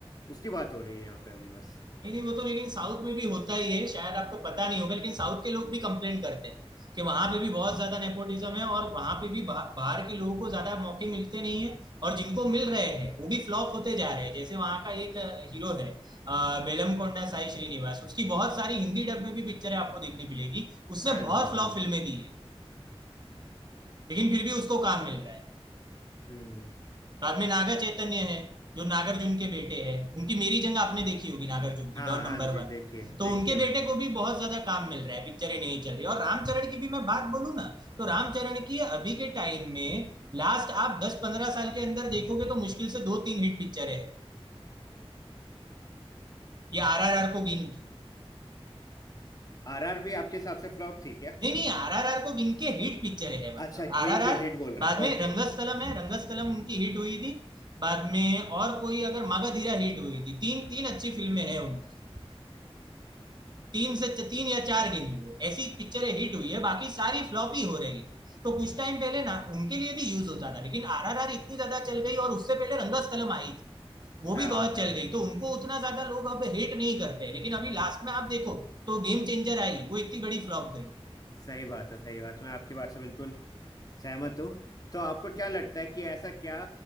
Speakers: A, on the left (about 35°); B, on the right (about 45°).
A: उसकी बात हो रही है यहाँ पे अभी बस
B: नहीं नहीं वो तो लेकिन साउथ में भी होता ही है शायद आपको पता नहीं होगा लेकिन साउथ के लोग भी कंप्लेन करते हैं कि वहां पे भी बहुत ज्यादा नेपोटिज्म है और वहां पे भी बाह- बाहर के लोगों को ज्यादा मौके मिलते नहीं है और जिनको मिल रहे हैं वो भी फ्लॉप होते जा रहे हैं जैसे वहां का एक हीरो है अ, बेलमकोंडा साई श्रीनिवास उसकी बहुत सारी हिंदी डब में भी पिक्चरें आपको देखने मिलेगी उसने
A: हाँ
B: बहुत
A: जी हाँ
B: फ्लॉप फिल्में
A: जी
B: दी है लेकिन फिर भी उसको काम मिल रहा है
A: हम्म
B: बाद में
A: अच्छा,
B: नागा चैतन्य है जो नागार्जुन के बेटे हैं उनकी मेरी जंग आपने देखी होगी नागार्जुन
A: हाँ
B: की डॉन
A: हाँ
B: नंबर
A: जी
B: वन
A: देखिए
B: तो
A: देखिए
B: उनके
A: मैंने
B: बेटे को भी बहुत ज्यादा काम मिल रहा है पिक्चरें नहीं चल रही और रामचरण की भी मैं बात बोलू ना तो रामचरण की अभी के टाइम में लास्ट आप 10-15 साल के अंदर देखोगे तो मुश्किल से दो तीन हिट पिक्चरें हैं ये आरआरआर को गिन की
A: आरआर भी आपके हिसाब से फ्लॉप थी क्या
B: नहीं नहीं आरआरआर को गिन के हिट पिक्चरें हैं मतलब
A: अच्छा घिन
B: आरआरआर
A: के हिट बोल रहे
B: बाद
A: हैं
B: में
A: ओके
B: रंगस्थलम है रंगस्थलम उनकी हिट हुई थी बाद में और कोई अगर मागाधीरा हिट हुई थी तीन तीन अच्छी फिल्में हैं उनकी तीन से तीन या चार गिन लो ऐसी पिक्चरें हिट हुई है बाकी सारी फ्लॉप ही हो रही थी तो कुछ टाइम पहले ना उनके लिए भी यूज होता था लेकिन आरआरआर इतनी ज्यादा चल गई और उससे पहले रंगस्थलम आई थी वो
A: हाँ
B: भी बहुत
A: हाँ
B: चल गई तो उनको उतना ज्यादा लोग अब हेट नहीं करते हैं लेकिन अभी लास्ट में आप देखो तो गेम चेंजर आई वो इतनी बड़ी फ्लॉप गई
A: सही बात है सही बात है। मैं आपकी बात से बिल्कुल सहमत हूँ तो आपको क्या लगता है कि ऐसा क्या